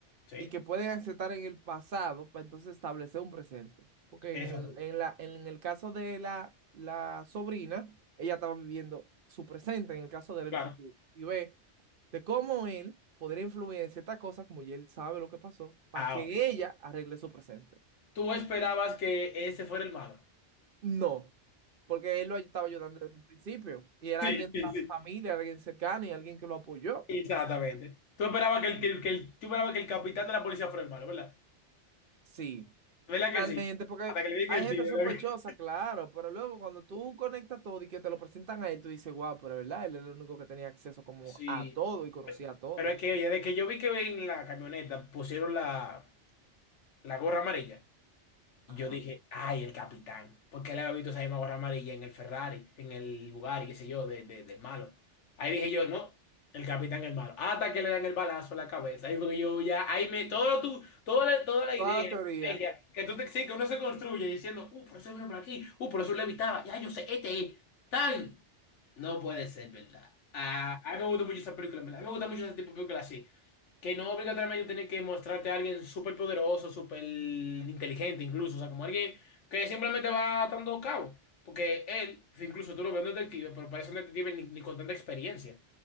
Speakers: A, on the left; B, on the right.
A: Sí,
B: y que pueden aceptar en el pasado para entonces establecer un presente. Porque
A: exactamente.
B: en el, en la, en el caso de la, la sobrina, ella estaba viviendo su presente, en el caso de él,
A: Claro.
B: el futuro. Y ve de cómo él podría influir en ciertas cosas, como ya él sabe lo que pasó, para
A: Ahora,
B: que ella arregle su presente.
A: ¿tú esperabas que ese fuera el malo?
B: No, porque él lo estaba ayudando desde un principio y era
A: Sí,
B: alguien de
A: sí,
B: la
A: sí.
B: familia, alguien cercano y alguien que lo apoyó.
A: Exactamente.
B: Entonces,
A: Tú esperabas que el, que el, que el- tú esperabas que el capitán de la policía fuera el malo, ¿verdad?
B: sí.
A: ¿Verdad
B: Realmente,
A: que sí?
B: porque
A: Hasta que le digan
B: hay
A: el
B: gente
A: tío.
B: sospechosa,
A: ¿verdad que-
B: claro, pero luego cuando tú conectas todo y que te lo presentan a él, tú dices, guau, pero verdad, él es el único que tenía acceso como
A: Sí.
B: a todo y conocía a todo.
A: Pero es que, oye, de que yo vi que en la camioneta pusieron la, la gorra amarilla, Y
B: Ajá.
A: yo dije, ay, el capitán. Porque él había visto esa misma gorra amarilla en el Ferrari, en el Bugatti, qué sé yo, de- de- del malo. Ahí dije yo, no, el capitán es el malo. Hasta que le dan el balazo en la cabeza. Ahí porque yo ya, ahí me, todo lo tu, todo la- toda la
B: Toda
A: idea,
B: la teoría.
A: la estrategia, que tú te sí, que uno se construye diciendo, uh, por eso vino por aquí, uh, por eso le evitaba, ya yo sé, este es, tan. No puede ser, ¿verdad? Ah, a mí me gusta mucho esa película, ¿verdad? A mí me gusta mucho ese tipo de películas así. Que no obligatoriamente tiene que mostrarte a alguien súper poderoso, súper inteligente incluso, o sea, como alguien que simplemente va atando cabo. Porque él, incluso tú lo ves en detective, pero parece un detective ni, ni con tanta experiencia.